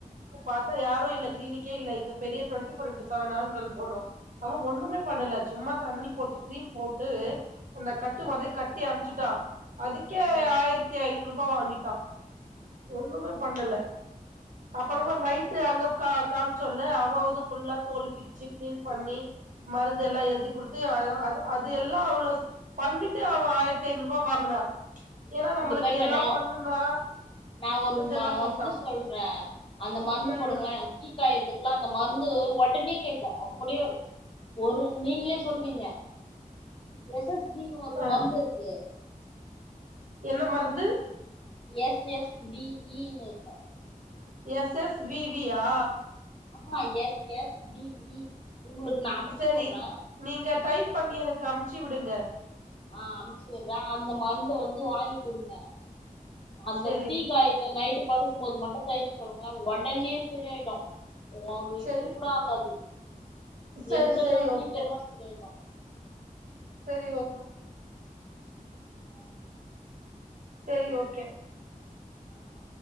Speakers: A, on the right (about 65°); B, on the left (about 40°).
A: இப்ப பாத்தா யாரு இல்ல க்ளீனிக்கே இல்ல இங்க பெரிய twenty four into seven hospital போனோ அவங் ஒண்ணுமே பண்ணல சும்மா தண்ணி போட்டு கிரீம் போட்டு அந்த கட்டு மாதிரி
B: ம்
A: கட்டி அனுப்புச்சுட்டா அதுக்கே
B: ம்
A: ஆயிரத்தி ஐநூறுப் வா வாங்கிட்டா ஒண்ணுமே பண்ணல
B: ஆ
A: அப்பறமா
B: ஆ
A: நைட்டு அங்கப் கா காம்ச்சோல அவ வந்து ஃபுல்லா தோளு பிச்சு கிளீன் பண்ணி மருந்து எல்லா எழுதி குடுத்து அ அது எல்லா அவளோ பண்ணிட்டு அவ ஆயிரத்தி ஐநூரூவா வாங்குனா ஏன்னா நம்மளுக்கு
B: இங்க பாருங்க
A: எல்லா
B: நா
A: பண்ணுனா
B: நா ஒரு மருந்து
A: எல்லா குடுத்தா
B: சொல்ற அந்த மருந்து
A: ம்
B: போடுங்களே தீ காயத்துக்கல்லா அந்த மருந் து ஒடனே கேக்கு அப்படியே ஒரு நீங்களே சொல்லுவீங்க எஸ்சஸ் அப்டினு ஒரு
A: ஆ
B: மருந்து இருக்கு
A: என்ன மருந்து
B: எஸ் எஸ் டி இன்னு இருக்கு
A: எஸ் எஸ் வி வியா
B: ஆஹாஹா எஸ் எஸ் பிஇ உங்களுக்கு நா அம்சுர்ற
A: செரி நீங்க டைப் பண்ணி எனக்கு அமுச்சுவிடுங்க
B: ஆ அமுச்சு விர்ற அந்த மருந்த வந்து வாங்கி குடுங்க அந்த
A: செரி
B: தீக்கயத்த நைட்டு படுக்கும்போது மட்டு தைக்க சொல்லுங்கள ஒடனே சரியாயிடு ஒரு
A: செரி
B: இது கூட ஆகாது
A: செரி
B: எரிச்சல்லா
A: செரி
B: சீக்கிரமா
A: ஓகே
B: செரியாயிடு
A: செரி ஒக்கா
B: ம்
A: செரி ஓகே
B: ம்